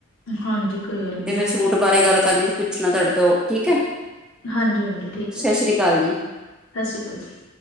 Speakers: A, on the left; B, in the centre.
A: ਹਾਂਜੀ। ਕੋਈ ਗੱਲ ਨੀ
B: ਤੇ, ਮੈਂ
A: ਹਾਂਜੀ
B: ਸੂਟ ਬਾਰੇ ਗੱਲ ਕਰਨੀ ਸੀ ਪੁੱਛਣਾ ਤੁਹਾਡੇ ਤੋਂ ਠੀਕ ਹੈ।
A: ਹਾਂਜੀ-ਹਾਂਜੀ ਠੀਕ ਹੈ
B: ਸਤਿ
A: ਜੀ,
B: ਸ੍ਰੀ ਅਕਾਲ ਜੀ
A: ਸਤਿ ਸ਼੍ਰੀ ਅਕਾਲ ਜੀ।